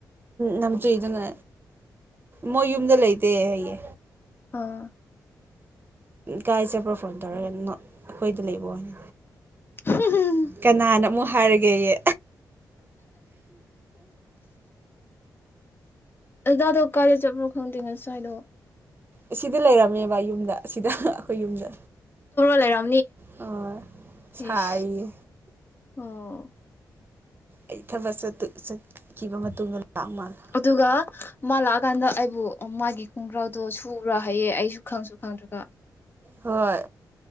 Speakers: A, on the right; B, on the left.
A: ꯅꯝꯖꯨꯗꯅ ꯃꯣꯏ ꯌꯨꯝꯗ ꯂꯩꯇꯦ ꯑꯩꯌꯦ
B: ꯑꯥ
A: ꯀꯥꯏ ꯆꯦꯕ꯭ꯔꯣ ꯐꯣꯟ ꯇꯧꯔꯒ ꯑꯩꯈꯣꯏꯗꯤ ꯂꯩꯕꯅꯤ
B: ꯎꯝ
A: ꯀꯅꯥꯅ ꯑꯃꯨꯛ ꯍꯥꯏꯔꯒꯦꯌꯦ
B: ꯑꯖꯗꯣ ꯀꯔꯤ ꯆꯠꯄ꯭ꯔꯣ ꯈꯪꯗꯦ ꯉ ꯁ꯭ꯋꯥꯏꯗꯣ
A: ꯑꯁꯤꯗ ꯂꯩꯔꯝꯃꯦꯕ ꯌꯨꯝꯗ ꯑꯁꯤꯗ ꯑꯩꯈꯣꯏ ꯌꯨꯝꯗ
B: ꯂꯩꯔ
A: ꯑꯣ
B: ꯏꯁ
A: ꯁꯥꯏꯌꯦ
B: ꯑꯣ
A: ꯑꯩ ꯊꯕꯛ ꯆꯠꯈꯤꯕ ꯃꯇꯨꯡꯗ ꯂꯥꯛ ꯃꯥꯜꯂꯦ
B: ꯑꯗꯨꯒ ꯃꯥ ꯂꯥꯛꯑꯀꯥꯟꯗ ꯑꯩꯕꯨ ꯃꯥꯒꯤ ꯈꯣꯡꯒ꯭ꯔꯥꯎꯗꯣ ꯁꯕꯨꯔꯥ ꯍꯥꯏꯌꯦꯦ ꯑꯩꯁꯨ ꯈꯪꯁꯨ ꯈꯪꯗ꯭ꯔꯒ
A: ꯍꯣꯏ